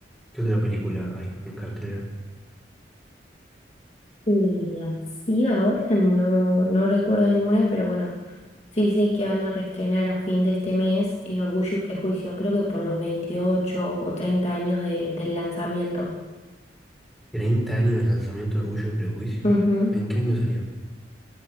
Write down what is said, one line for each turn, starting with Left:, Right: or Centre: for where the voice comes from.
Centre: qué otra película hay en cartelera?
Left: Y así ahora no, no recuerdo ninguna, pero bueno, sí sé que van a reestrenar a fin de este mes eh, Orgullo y Prejuicio, creo que por los 28 o 30 años de- del lanzamiento.
Centre: Treinta años del lanzamiento de Orgullo y Prejuicio?
Left: Ujú.
Centre: ¿En qué año salió? O